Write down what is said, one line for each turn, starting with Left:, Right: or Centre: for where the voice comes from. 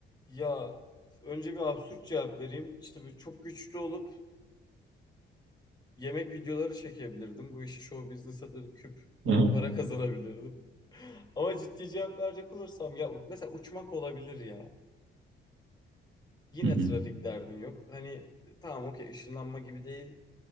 Left: Ya önce bir absürt cevap vereyim. İşte bu çok güçlü olup yemek videoları çekebilirdim. Bu işi show business'a döküp
Right: Aha.
Left: para kazanabilirdim. <laughs> Ama ciddi cevap verecek olursam ya u- mesela uçmak olabilir ya. Yine
Right: Hı hı.
Left: trafik derdin yok. Hani tamam okey ışınlanma gibi değil